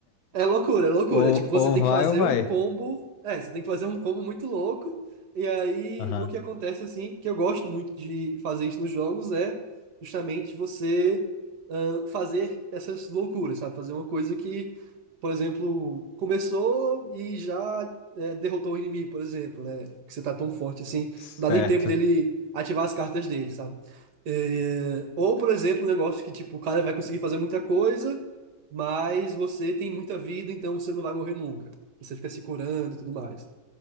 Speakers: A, on the right (about 60°); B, on the left (about 80°).
A: É loucura, é loucura.
B: Ou,
A: Tipo, você
B: ou
A: tem
B: vai
A: que fazer
B: ou vai.
A: um combo. É, você tem que fazer um combo muito louco. E aí,
B: Aham.
A: o que acontece, assim, que eu gosto muito de fazer isso nos jogos é justamente você ahn, fazer essas loucuras, sabe? Fazer uma coisa que, por exemplo, começou e já é, derrotou o inimigo, por exemplo, né? Que você tá tão forte assim,
B: Certo.
A: não dá nem tempo dele ativar as cartas dele, sabe? É, Ou, por exemplo, um negócio que, tipo, o cara vai conseguir fazer muita coisa mas você tem muita vida, então você não vai morrer nunca. Você fica se curando e tudo mais.